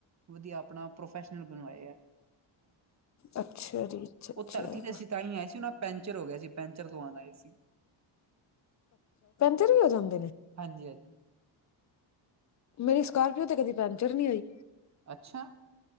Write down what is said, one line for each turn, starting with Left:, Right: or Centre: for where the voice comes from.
Right: ਵਧੀਆ ਆਪਣਾ, ਪ੍ਰੋਫੈਸ਼ਨਲ ਬਣਵਾਏ ਹੈ।
Left: ਅੱਛਾ ਜੀ ਅੱਛਾ
Right: ਉਹ ਧਰਤੀ
Left: ਅੱਛਾ
Right: ਤੇ ਅਸੀ ਤਹੀ ਆਏ ਸੀ ਉਹਨਾ ਪੈਂਚਰ ਹੋ ਗਿਆ ਸੀ ਪੈਂਚ ਚਰ ਲਗਵਾਣ ਆਏ ਸੀ।
Left: ਫ੍ਰੀ ਕੇ ਜਾਣਾ
Right: ਹਾਂਜੀ-ਹਾਂਜੀ।
Left: ਮੇਰੀ ਸਕੋਰਪੀਓ ਤੇ ਕਦੀ ਪੈਂਚਰ ਨਹੀਂ ਹੋਈ?
Right: ਅੱਛਾ?